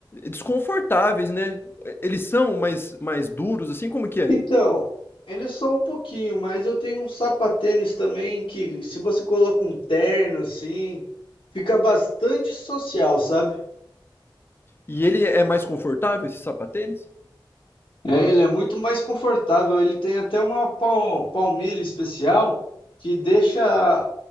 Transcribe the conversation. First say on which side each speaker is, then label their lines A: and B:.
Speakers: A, on the left (about 25°); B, on the left (about 80°).
A: desconfortáveis, né? Eles são mais, mais duros, assim, como que é?
B: Então, eles são um pouquinho, mas eu tenho um sapatênis também que se você coloca um terno assim, fica bastante social, sabe?
A: E ele é mais confortável, esse sapatênis?
B: É, ele é muito mais confortável. Ele tem até uma pal- palmilha especial que deixa